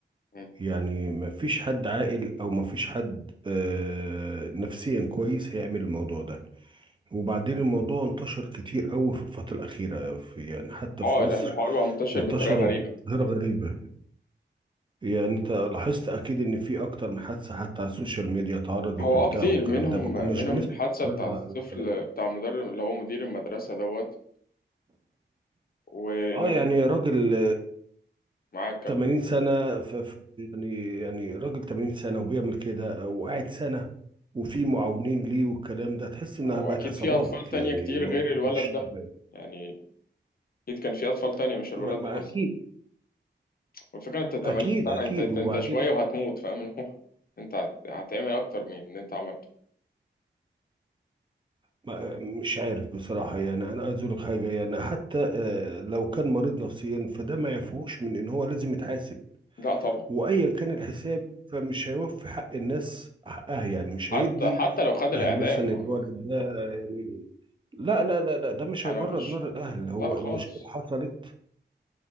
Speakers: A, on the left (about 50°); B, on the right (about 25°).
A: مم.
B: يعني مفيش حد عاقل أو مفيش حد آه، نفسيا كويس هيعمل الموضوع ده وبعدين الموضوع انتشر كتير أوي في الفترة الأخيرة في يعني حتى
A: اه
B: في مصر
A: ال- الحوار بقى منتشر
B: انتشروا
A: بطريقة غريبة
B: بظاهرة غريبة يعني أنت لاحظت أكيد إن في أكتر من حادثة حتى على السوشيال ميديا اتعرضت
A: هو
B: وبتاع
A: اه كتير
B: والكلام
A: منهم
B: ده ما كناش
A: منهم
B: بنسمع
A: الحادثة بتاع
B: عن
A: الطفل
B: الكلام ده
A: بتاع مدرب اللي هو مدير المدرسة دوت وإن
B: اه يعني راجل
A: معاك كام
B: 80 سنة في في- يعني يعني راجل 80 سنة وبيعمل كده وقاعد سنة وفي معاونين ليه والكلام ده تحس انها
A: أو
B: بقت
A: أكيد
B: عصابات
A: في أطفال تانية
B: يعني
A: كتير
B: الموضوع
A: غير الولد
B: مش
A: ده
B: طبيعي
A: يعني أكيد كان في أطفال تانية مش الولد
B: ما, ما
A: ده
B: اكيد
A: بس والفكرة أنت 80
B: اكيد
A: سنة
B: اكيد
A: أنت أنت
B: وبعدين
A: أنت شوية وهتموت فاهم اللي هو <laughs> أنت هت- هتعمل أكتر من اللي أنت عملته
B: ما مش عارف بصراحة يعني انا عايز اقول لك حاجة يعني حتى آه، لو كان مريض نفسيا فده ما يعفوش من ان هو لازم يتحاسب
A: لا طبعا
B: وايا كان الحساب فمش هيوفي حق الناس حقها يعني مش
A: حتى
B: هيدي
A: حتى لو خد الإعدام
B: اهل مثلا
A: ما-
B: الولد
A: يعني
B: ده يعني لا لا لا لا ده مش
A: أنا
B: هيبرد
A: مش
B: نار الاهل هو
A: لا خالص
B: المشكله حصلت